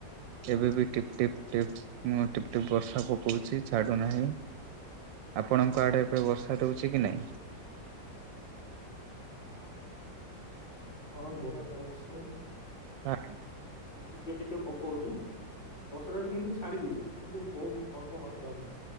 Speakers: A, on the right; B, on the left.
A: ଏବେ ବି ଟିପ୍ ଟିପ୍ ଟିପ୍ ଉଁ ଟିପ୍‌ ଟିପ୍ ବର୍ଷା। ପକଉଛି ଛାଡୁ ନାହିଁ ଆପଣଙ୍କ ଆଡେ ଏବେ ବର୍ଷା ଦଉଛି କି ନାଇଁ।
B: ହଁ ବରଷା ଅଛି।
A: <unintelligible>
B: ଟିକେ ଟିକେ ପକଉଛି। ବର୍ଷା ଟା ଏଠି କିନ୍ତୁ ଛାଡି ଦେଇଛି କିନ୍ତୁ ବହୁତ ଅଳ୍ପ ମାତ୍ରାରେ।